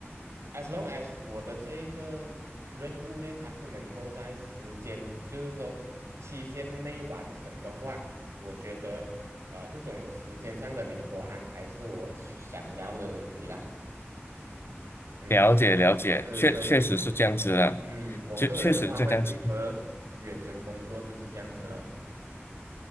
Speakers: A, on the right (about 80°); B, on the left (about 60°).
A: as long as 我的这一个任务呢，它是能够在时间，就是说期限内完成的话，我觉得呃这种时间上的灵活安排是我想要的东西啦。嗯，
B: 了解了解，
A: 是，
B: 确确实是这样子的，
A: 所以嗯，我个人的话会
B: 确确实是这样子。
A: prefer 远程工作就是这样子咯。